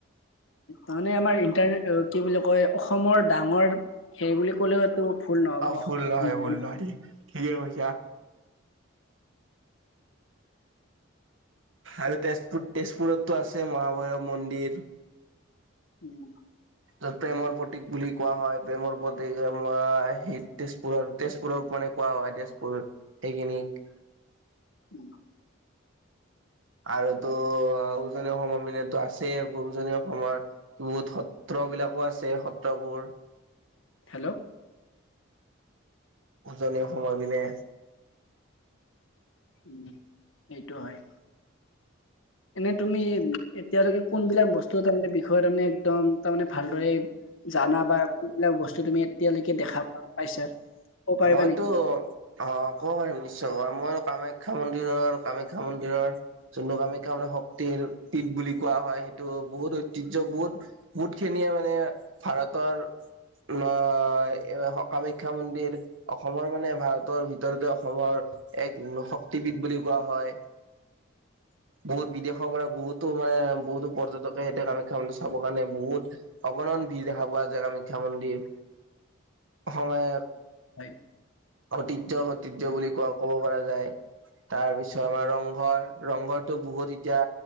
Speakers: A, on the left; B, on the right.
A: তাৰানে আমাৰ ইণ্টাৰ কি বুলি কয় অসমৰ ডাঙৰ হেৰি বুলি ক'লেও টো ভোল নহ'ব
B: অ
A: <unintelligible>
B: ভুল নহয় ভুল নহয় ঠিকে কৈছা। আৰু তেজপুৰ তেজপুৰতো আছে মহাভৈৰৱ মন্দিৰ।
A: উম।
B: তাত প্ৰেমৰ প্ৰতীক বুলি কোৱা হয় প্ৰেমৰ প্ৰতীক আমাৰ সেই তেজপুৰৰ তেজপুৰৰ মানে কোৱা হয় তেছপুৰ সেইখিনিক
A: উ।
B: আৰুতো উজনি অসমৰ মানতো আছেই উজনি অসমৰ বহুত সত্ৰ ত্ৰবিলাকো আছে সত্ৰবোৰ।
A: হেল্ল'
B: উজনি সময় পিনে।
A: উম সেইটো হয়। এনে তুমি এতিয়ালৈকে কোনবিলাক বস্তু তাৰমানে বিষ ষয় তাৰমানে একদম তাৰমানে ভালদৰে জানা বা কোনবিলাক বস্তু তুমি এতিয়ালৈকে দেখা পাইছা। ক'ব পাৰিবা
B: মইতো
A: নেকি
B: অ ক'ব পাৰিম নিশ্চয় ময় মই কামে খ্যা মন্দিৰৰ কামাখ্যা মন্দিৰৰ যোনটো কামাখ্যা মান শক্তিৰ পীঠ বুলি কোৱা হয় সেইটো বহুত ঐতিহ্য বহুত বহুতখিনিয়ে মানে ভাৰতৰ ন এ কামাখ্যা মন্দিৰ অসমৰ মানে ভাৰতৰ ভিতৰতে অসমৰ এক শক্তিবিদ বুলি কোৱা হয়।
A: <inaudible>
B: বহুত বিদেশৰ পৰা বহুত টো মানে বহুতো পৰ্যটকে এটে কামাখ্যা মন্দিৰ চাবৰ কাৰণে বহুত অগণন ভিৰ দেখা পোৱা যায় কামাখ্যা মন্দিৰ
A: <inaudible>
B: সময়ৰ
A: হয়
B: ঐতিহয্য মতিয্য বুলি কোৱা ক'ব পৰা যায়। তাৰপিছত আমাৰ ৰংঘৰ ৰংঘৰটো বহুত এতিয়া